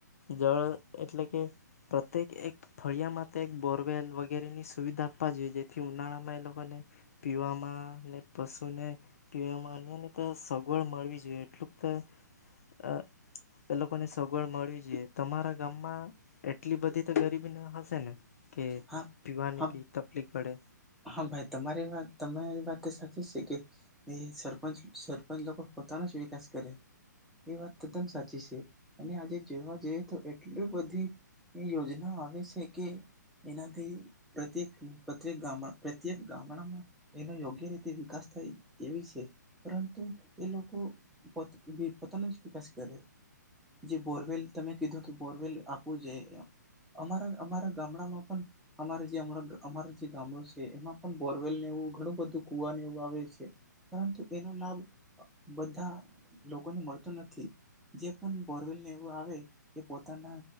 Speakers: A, on the left; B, in the centre.
A: જળ એટલે કે પ્રત્યેક એક ફળિયામાં તો એક બોરવેલ વગેરેની સુવિધા આપા જોઈએ જેથી ઉનાળામાં એ લોકોને પીવામાં ને પશુને પીવામાં અન્યને તો સગવડ મળવી જોઈએ એટલુંક ત અ એ લોકોન સગવડ મળવી જોઈએ. તમારા ગામમાં એટલી બધી તો ગરીબી ન હશે ને? કે
B: હા
A: પીવાની
B: હા
A: બી તફલીક પડે.
B: હા, ભાઈ તમારી વાત તમે એ વાત સાચી સે કે એ સરપંચ સરપંચ લોકો પોતાનો જ વિકાસ કરે. એ વાત તદ્દન સાચી છે. અને આજે જોવા જોઈએ તો એટલી બધી એ યોજનાઓ આવે છે કે એનાથી પ્રત્યેક પ્રત્યેક ગામડા પ્રત્યેક ગામડામાં એનો યોગ્ય રીતે વિકાસ થાય એવી છે. પરંતુ એ લોકો પોત-ભી-પોતાનો જ વિકાસ કરે. જે બોરવેલ તમે કીધુંતું બોરવેલ આપવું જોઈએ. અમારા અમારા ગામડામાં પણ અમારા જે હમડે અમારે જે ગામડું સે એ એમાં પણ બોરવેલને એવું ઘણું બધું કુવાને એવું આવે છે. પરંતુ એનો લાભ બધા લોકોને મળતો નથી. જે પણ બોરવેલને એવું આવે એ પોતાના